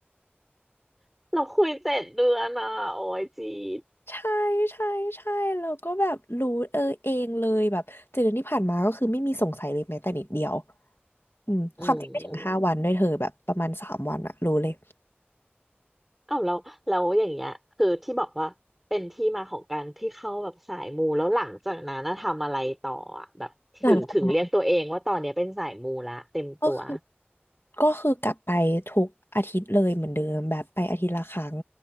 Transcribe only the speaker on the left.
<laughs> ใช่ใช่ใช่เราก็แบบรู้เออเองเลยแบบเจ็ดเดือนที่ผ่านมาก็คือไม่มีสงสัยเลยแม้แต่นิดเดียวอืมความจริงไม่ถึงห้าวันด้วยเธอแบบประมาณสามวันอะรู้เลย
หลังจากนั้นก็คือ ก็คือกลับไปทุกอาทิตย์เลยเหมือนเดิมแบบไปอาทิตย์ละครั้ง